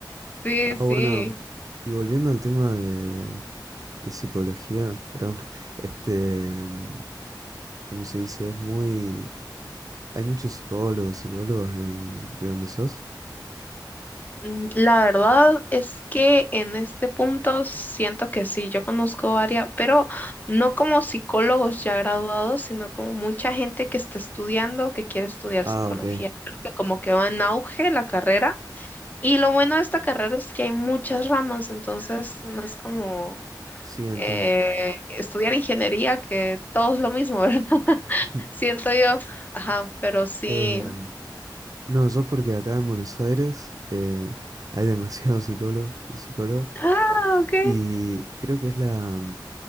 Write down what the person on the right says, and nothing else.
Ah,
bueno. Y volviendo al tema de, de psicología, perdón, <laughs> este, mm, ¿cómo se dice? Es muy... Hay muchos psicólogos, psicólogos en... ¿De dónde sos?
Ah,
ok.
Sí, entiendo.
<laughs>
Eh, no, yo porque acá en Buenos Aires eh, hay demasiados <laughs> psicólogos y psicólogas
y creo que es la, mm,